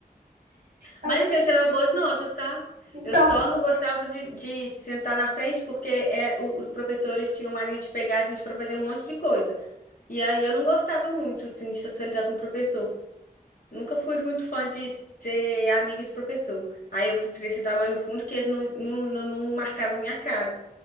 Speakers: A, on the right; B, on the left.
A: <laughs>
B: Mas
A: Ai,
B: assim, eu tirava boas notas, tá?
A: Então,
B: Eu só não gostava de, de sentar na frente porque é, o- os professores tinham mania de pegar a gente pra fazer um monte de coisa. E aí eu não gostava muito, assim, de socializar com o professor. Nunca fui muito fã de ser amiga de professor. Aí eu preferia sentar mais no fundo que eles não, não, não, não marcavam a minha cara.